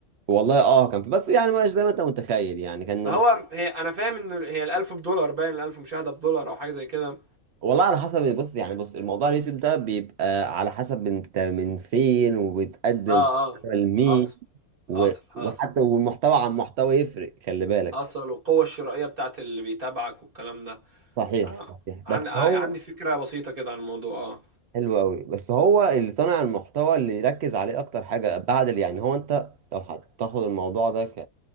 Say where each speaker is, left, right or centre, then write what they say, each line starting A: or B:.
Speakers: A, on the right; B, on the right.
A: والله اه كان في بس يعني مش زي ما انت متخيل يعني كان
B: فهو
A: ال...
B: هي انا فاهم ان هي ال1000 بدولار باين ال1000 مشاهدة بدولار او حاجة زي كده
A: والله على حسب بص يعني بص الموضوع اليوتيوب ده بيبقى على حسب انت من فين وبتقدم
B: اه
A: محتوى
B: اه
A: لمين
B: حصل
A: و...
B: حصل حصل
A: وحتى والمحتوى عن محتوى يفرق خلي بالك
B: حصل والقوة الشرائية بتاعت اللي بيتابعك والكلام ده
A: صحيح
B: أنا
A: صحيح
B: عن-
A: بس
B: عندي
A: هو
B: فكرة بسيطة كده عن الموضوع اه
A: حلو قوي بس هو اللي صانع المحتوى اللي يركز عليه اكتر حاجه بعد اللي يعني هو انت لو هتاخد الموضوع ده ك